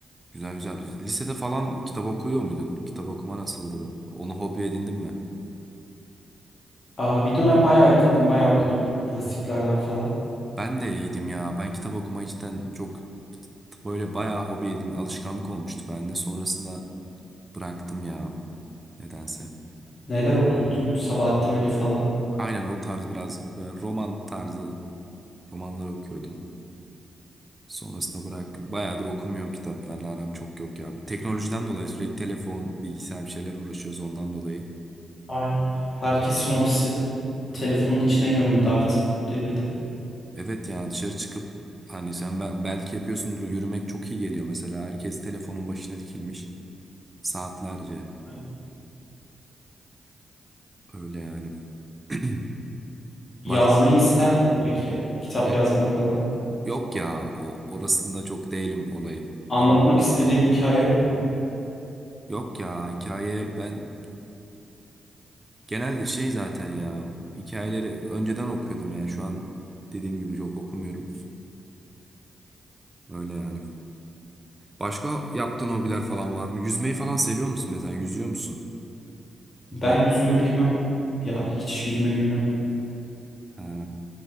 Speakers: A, on the right (about 25°); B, on the left (about 45°).
A: güzel. güzel. Lisede falan kitap okuyor muydun? Kitap okuma nasıldı? Onu hobi edindin mi?
B: Aa, bir dönem bayağı edindim, bayağı okudum klasiklerden falan.
A: Ben de iyiydim ya. Ben kitap okumayı cidden çok böyle bayağı hobi edindim. Alışkanlık olmuştu bende. Sonrasında bıraktım ya nedense.
B: Neler okurdun? Sabahattin Ali falan.
A: Aynen o tarz biraz böyle roman tarzı Romanlar okuyordum. Sonrasında bırak. Bayağıdır okumuyorum kitaplarla aram çok yok ya. Teknolojiden dolayı sürekli telefon, bilgisayar bir şeyler uğraşıyoruz ondan dolayı.
B: Aynen. Herkesin hobisi telefonun içine gömüldü artık bu devirde.
A: Evet ya dışarı çıkıp hani sen be- belki yapıyorsundur yürümek çok iyi geliyor mesela. Herkes telefonun başına dikilmiş saatlerce.
B: Aynen.
A: Öyle yani. <clears throat>
B: Yazmayı
A: Başka
B: ister miydin peki? Kitap
A: Ya-
B: yazmak falan.
A: yok ya o orasında çok değilim olayı.
B: Anlatmak
A: O-
B: istediğin bir hikaye yok mu?
A: Yok ya hikaye ben genelde şey zaten ya hikayeleri önceden okuyordum yani şu an dediğim gibi çok okumuyorum. Öyle yani. Başka yaptığın hobiler falan var mı? Yüzmeyi falan seviyor musun mesela? Yüzüyor musun? Yüzmeyi...
B: Ben yüzme bilmem. Ya hiç yüzme bilmem.
A: He.